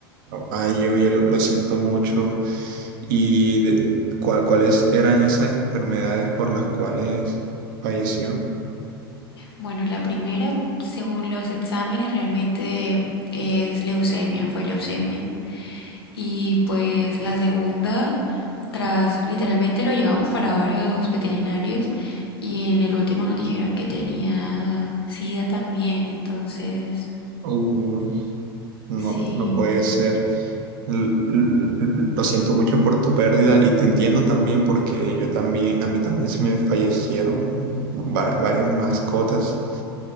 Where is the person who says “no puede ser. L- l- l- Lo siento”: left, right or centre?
Right